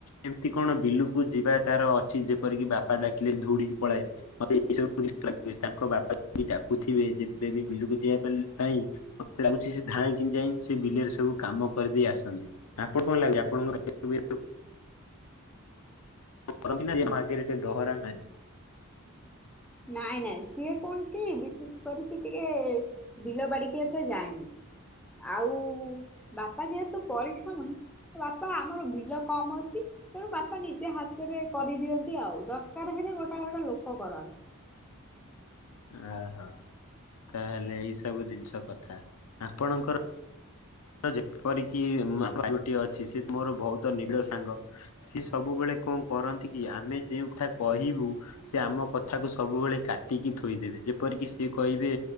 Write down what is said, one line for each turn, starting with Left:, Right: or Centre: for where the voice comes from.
Left: ଏମିତି କଣ ବିଲୁକୁ ଯିବା ତାର ଅଛି ଯେପରିକି ବାପା ଡାକିଲେ ଧୋଉଡ଼ିକି ପଳାଏ। ମତେ ଏଇ ସବୁ ଲୁ ତାଙ୍କ ବାପା ଡାକୁଥିବେ ଯେବେ ବି ବିଲକୁ ଯିବା ପାଇଁ। ମତେ ଲାଗୁଛି ସେ ଧାଇ କି ଯାଇ ସେ ବିଲରେ ସବୁ କାମ କରିଦେଇ ଆସନ୍ତି। ଆପଣ କଣ ଲାଗୁଛି ଆପଣଙ୍କ କେତେ। କରନ୍ତି ନା ମୋ ଆଗରେ ଡହରା ମାରି।
Centre: ନାଇଁ ନାଇଁ ସିଏ କଣ କି ବିଶେଷ କରି ସେ ଟିକେ ବିଲ ବାଡିିକି ଏତେ ଯାଏନି। ଆଉ ବାପା ଯେହେତୁ ପରିଶ୍ରମି। ବାପା ଆମର ବିଲ କମ ଅଛି। ତେଣୁ ବାପା ନିଜେ ହାତରେ କରିଦିଅନ୍ତି ଆଉ। ଦରକାର ହେଲେ ଗୋଟା ଗୋଟା ଲୋକ କରନ୍ତି।
Left: ଓହୋ ତାହେଲେ ଏଇ ସବୁ ଜିନିଷ କଥା। ଆପଣଙ୍କର ଯେପରିକି ଟିଏ ଅଛି। ସିଏ ତ ମୋର ବହୁତ ନୀଳ ସାଙ୍ଗ। ସିଏ ସବୁବେଳେ କଣ କରନ୍ତି କି ଆମେ ଯେଉଁ କଥା କହିବୁ ସେ ଆମ କଥାକୁ ସବୁବେଳେ କାଟିକି ଥୋଇଦେବେ। ଯେପରିକି ସେ କହିବେ